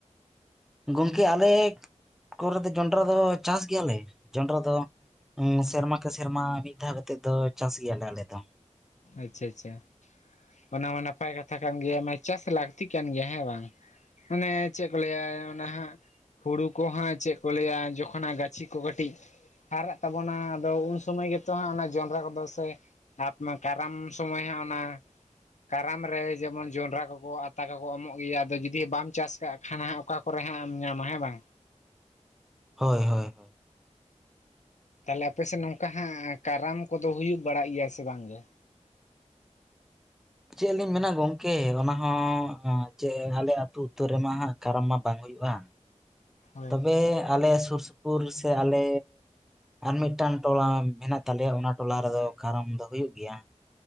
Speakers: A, in the centre; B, on the left.
A: ᱜᱚᱝᱠᱮ ᱟᱞᱮ ᱠᱚᱨᱮ ᱫᱚ ᱡᱚᱱᱰᱨᱟ ᱫᱚ ᱪᱟᱥ ᱜᱮᱭᱟᱞᱮ ᱡᱚᱱᱰᱨᱟ ᱫᱚ᱾ ᱥᱮᱨᱢᱟ ᱠᱮ ᱥᱮᱨᱢᱟ ᱢᱤᱫ ᱫᱷᱟᱣ ᱠᱟᱛᱮᱜ ᱫᱚ ᱪᱟᱥ ᱜᱮᱭᱟᱞᱮ ᱟᱞᱮ ᱫᱚ᱾
B: ᱟᱪᱪᱷᱟ ᱟᱪᱪᱷᱟ ᱚᱱᱟ ᱢᱟ ᱱᱟᱯᱟᱭ ᱠᱟᱛᱷᱟ ᱠᱟᱱ ᱜᱮᱭᱟ ᱢᱟᱱᱮ ᱪᱟᱥ ᱞᱟᱹᱠᱛᱤᱜ ᱠᱟᱱ ᱜᱮᱭᱟ ᱦᱮᱸ ᱵᱟᱝ᱾ ᱢᱟᱱᱮ ᱪᱮᱫ ᱠᱚ ᱞᱟᱹᱭᱟ ᱚᱱᱟ ᱦᱟᱸᱜ ᱦᱩᱲᱩ ᱠᱚ ᱦᱟᱸᱜ ᱪᱮᱫ ᱠᱚ ᱞᱟᱹᱭᱟ ᱡᱚᱠᱷᱚᱱ ᱦᱟᱜ ᱜᱟᱹᱪᱷᱤ ᱠᱚ ᱠᱟᱹᱴᱤᱡ ᱦᱟᱨᱟᱜ ᱛᱟᱵᱚᱱᱟ ᱟᱫᱚ ᱩᱱ ᱥᱚᱢᱚᱭ ᱜᱮᱛᱚ ᱦᱟᱸᱜ ᱚᱱᱟ ᱡᱚᱱᱰᱟᱨᱟ ᱠᱚᱫᱚ ᱥᱮ ᱟᱯ ᱠᱟᱨᱟᱢ ᱥᱚᱢᱚᱭ ᱦᱟᱸᱜ ᱚᱱᱟ ᱠᱟᱨᱟᱢ ᱨᱮ ᱡᱮᱢᱚᱱ ᱡᱚᱱᱰᱚᱨᱟ ᱠᱚᱠᱚ ᱟᱛᱟ ᱠᱚᱠᱚ ᱮᱢᱚᱜ ᱜᱮᱭᱟ ᱟᱫᱚ ᱡᱩᱫᱤ ᱵᱟᱢ ᱪᱟᱥ ᱠᱟᱜ ᱠᱷᱟᱱ ᱦᱟᱸᱜ ᱚᱠᱟ ᱠᱚᱨᱮ ᱦᱟᱸᱜ ᱮᱢ ᱧᱟᱢᱟ ᱦᱮᱸ ᱵᱟᱝ᱾
A: ᱦᱳᱭ ᱦᱚᱭ
B: ᱛᱟᱦᱚᱞᱮ ᱟᱯᱮ ᱥᱮᱫ ᱱᱚᱝᱠᱟ ᱦᱟᱸᱜ ᱠᱟᱨᱟᱢ ᱠᱚᱫᱚ ᱦᱩᱭᱩᱜ ᱵᱟᱲᱟᱜ ᱜᱮᱭᱟ ᱥᱮ ᱵᱟᱝ ᱜᱮ
A: ᱪᱮᱫ ᱞᱤᱧ ᱢᱮᱱᱟ ᱜᱚᱝᱠᱮ ᱚᱱᱟ ᱦᱚᱸ ᱪᱮᱫ ᱟᱞᱮ ᱟᱹᱛᱩ ᱩᱛᱟᱹᱨ ᱨᱮᱢᱟ ᱦᱟᱜ ᱠᱟᱨᱟᱢ ᱢᱟ ᱵᱟᱝ ᱦᱩᱭᱩᱜᱼᱟ
B: ᱦᱳᱭ
A: ᱛᱚᱵᱮ ᱟᱞᱮ ᱥᱩᱨ ᱥᱩᱯᱩᱨ ᱥᱮ ᱟᱞᱮ ᱟᱨ ᱢᱤᱫᱴᱟᱝ ᱴᱚᱞᱟ ᱢᱮᱱᱟᱜ ᱛᱟᱞᱮᱭᱟ ᱚᱱᱟ ᱴᱚᱞᱟ ᱨᱮᱫᱚ ᱠᱟᱨᱟᱢ ᱫᱚ ᱦᱩᱭᱩᱜ ᱜᱮᱭᱟ᱾